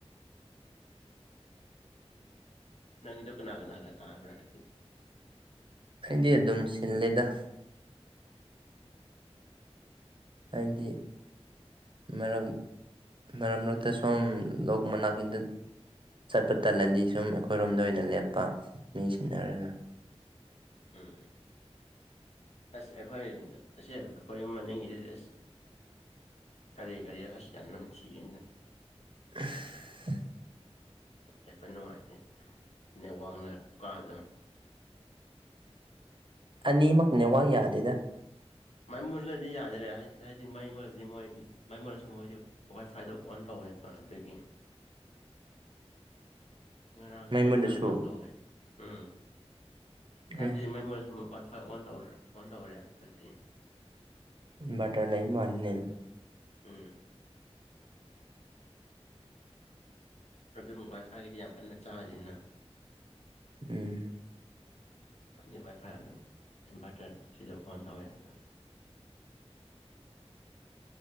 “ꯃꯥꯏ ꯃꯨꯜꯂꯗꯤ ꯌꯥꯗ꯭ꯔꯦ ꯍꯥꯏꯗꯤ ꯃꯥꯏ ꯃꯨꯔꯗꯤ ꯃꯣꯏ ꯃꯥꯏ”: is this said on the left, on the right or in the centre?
Left